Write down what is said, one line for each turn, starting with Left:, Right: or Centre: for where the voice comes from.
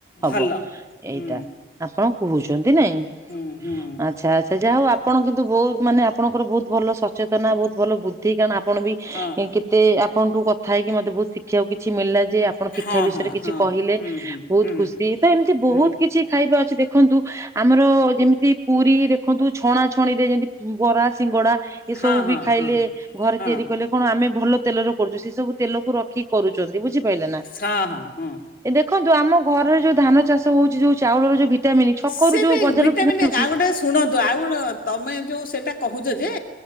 Left: ଭଲ
Right: ହବ ଏଇଟା।
Left: ହୁଁ
Right: ଆପଣ କହୁଚନ୍ତି ନାଇଁ?
Left: ହୁଁ ହୁଁ
Right: ଆଚ୍ଛା ଆଚ୍ଛା ଯାହଉ ଆପ୍ ଆପଣ କିନ୍ତୁ ବହୁ ମାନେ ଆପଣଙ୍କର ବହୁତ୍ ଭଲ ସଚେତନା ବହୁତ୍ ଭଲ ବୁଦ୍ଧି କାରଣ ଆପଣ ବି
Left: ହଁ
Right: ଇଁ କେତ୍ ମତେ ଆପଣଠଙ୍କୁ କଥା ହେଇକି ମତେ ବହୁତ ଶିଖିବାକୁ କିଛି ମିଳିଲା ଯେ ଆପଣ ପିଠା
Left: ହଁ
Right: ବିଷୟରେ
Left: ହଁ
Right: କିଛି
Left: ହଁ
Right: କହିଲେ
Left: ହୁଁ ହୁଁ
Right: ବହୁତ
Left: ହୁଁ
Right: ଖୁସି ତ ଏମିତି ବହୁତ
Left: ହୁଁ
Right: କିଛି ଖାଇବା ଅଛି ଦେଖନ୍ତୁ। ଆମର ଯେମିତି ପୁରୀ ଦେଖନ୍ତୁ ଛଣା ଛଣିରେ ଯେମିତି ବରା ସିଙ୍ଗଡା। ଏ
Left: ହଁ
Right: ସବୁ
Left: ହଁ
Right: ବି ଖାଇଲେ
Left: ହଁ
Right: ଘରେ
Left: ହଁ
Right: ତିଆରି କଲେ କଣ ଆମେ ଭଲ ତେଲରେ କରୁଛେ ସେ ସବୁ ତେଲକୁ ରଖିକି। କରୁଛନ୍ତି ବୁଝିପାରିଲେ ନା।
Left: ହଁ ହଁ ହଁ
Right: ଏ ଦେଖନ୍ତୁ ଆମ ଘରରେ ଯୋଉ ଧାନ ଚାଷ ହଉଛି ଯୋଉ ଚାଉଳର ଯୋଉ ଭିଟା ମିନି ଛକରୁ
Left: ସେ
Right: ଯୋଉ
Left: ବି
Right: ବଜାରରୁ
Left: ଭିଟାମିନ୍
Right: କିଣାହଉଛି
Left: ଆଉ ଗୋଟେ ଶୁଣନ୍ତୁ ଆଉ ତମେ ଯେଉଁ ସେଇଟା କହୁଛ ଯେ